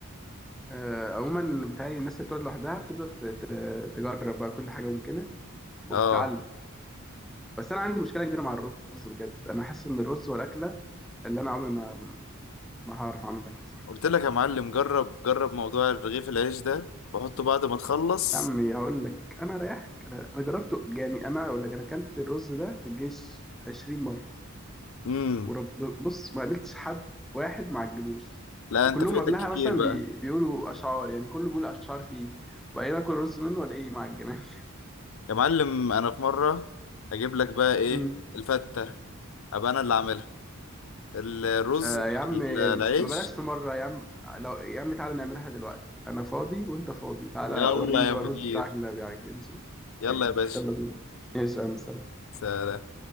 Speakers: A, in the centre; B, on the left.
A: آه عموما بتهيألي الناس اللي بتقعد لوحدها بتبدا ت- ت- تجرب بقى كل حاجه ممكنه وبتتعلم
B: اه
A: بس انا عندي مشكله كبيره مع الرز بجد انا حاسس ان الرز والاكله اللي انا عمري ما ما هعرف اعملها صح
B: قلت لك يا معلم جرب جرب موضوع رغيف العيش ده بحطه بعد ما تخلص
A: يا عمي هقول لك انا رايحك انا انا جربته يعني انا اقول لك انا اكلت الرز ده في الجيش 20 مره
B: امم
A: ورب بص ما قابلتش حد واحد مع الجلوس
B: لا
A: وكلهم
B: انت فايتك
A: قبلها
B: كتير
A: مثلا
B: بقى
A: بي... بيقولوا اشعار يعني كله بيقول اشعار فيه وبعدين اكل رز منه ولا ايه مع الجناز
B: يا معلم انا في مره اجيب لك بقى ايه
A: امم <laughs>
B: الفته ابقى انا اللي عاملها الرز
A: آه
B: مع
A: يا عم
B: ال- العيش
A: ما بلاش في مره يا عم لو يا عم تعالى نعملها دلوقتي انا فاضي وانت فاضي تعالى
B: يلا
A: وريني
B: يا
A: بقى
B: مدير
A: الرز بتاعك اللي ما بيعجنش ده.
B: يلا يا باشا
A: يلا بينا ايش يا عم سلام.
B: سلام